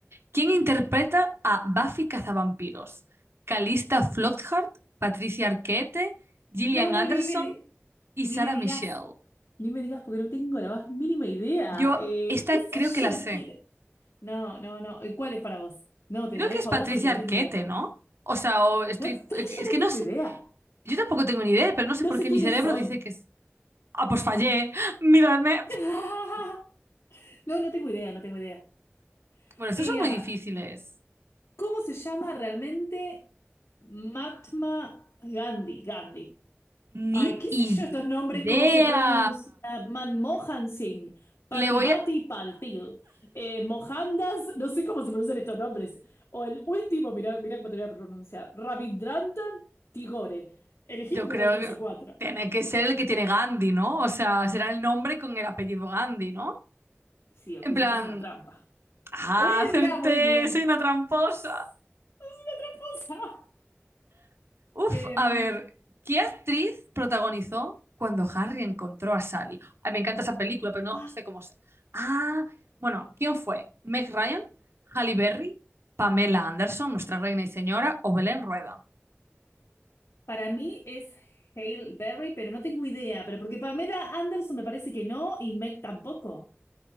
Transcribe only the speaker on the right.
¿Quién interpreta a Buffy Cazavampiros? Calista Flockhart, Patricia Arquette, Gillian
Anderson
y
Sarah
Michelle.
Yo
esta
creo que la
sé.
Creo
que
es Patricia
Arquette,
¿no? O sea, o estoy...
Es
que
no sé.
Yo tampoco tengo ni idea, pero no sé
por
qué
mi cerebro
dice que es... Ah, pues fallé. Miradme.
Bueno, estos
son muy
difíciles.
Ni
idea.
Le voy a...
Yo
creo
que
tiene que ser el que tiene Gandhi, ¿no? O sea, será el nombre con el apellido Gandhi, ¿no?
En
plan,
ah,
acerté,
soy una tramposa.
Uf,
a ver, ¿qué actriz protagonizó cuando Harry encontró a Sally? Ay, me encanta esa película, pero no
sé cómo se. Ah, bueno, ¿quién fue? ¿Meg Ryan? ¿Halle Berry? ¿Pamela Anderson, nuestra reina y señora? ¿O Belén Rueda?